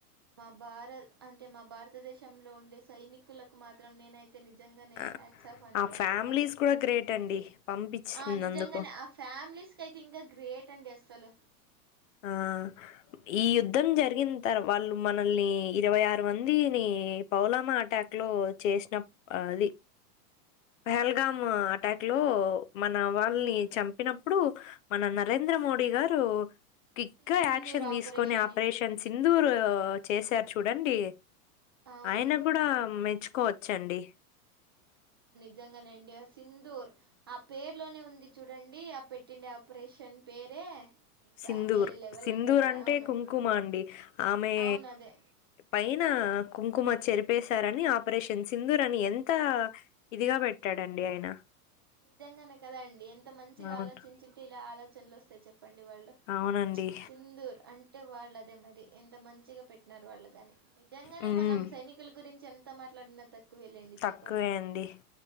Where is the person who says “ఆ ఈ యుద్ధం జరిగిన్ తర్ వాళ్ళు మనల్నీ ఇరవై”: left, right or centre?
Left